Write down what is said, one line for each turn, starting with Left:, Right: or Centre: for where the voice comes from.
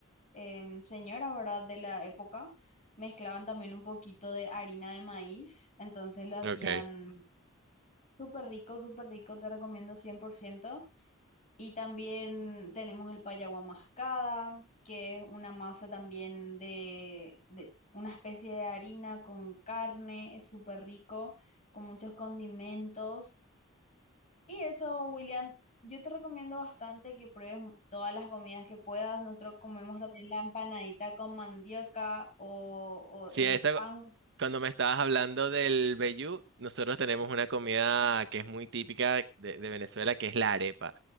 Left: em, señora, ¿verdad? De la época, mezclaban también un poquito de harina de maíz, entonces lo hacían
Right: Ok.
Left: súper rico, súper rico, te recomiendo 100%. Y también tenemos el payaguá mascada, que es una masa también de, de una especie de harina con carne, es súper rico, con muchos condimentos. Y eso, William, yo te recomiendo bastante que pruebes mu- todas las comidas que puedas. Nosotros comemos también la empanadita con mandioca o, o
Right: Sí,
Left: el
Right: esta,
Left: pan.
Right: Cuando me estabas hablando del vellú, nosotros tenemos una comida que es muy típica de, de Venezuela, que es la arepa,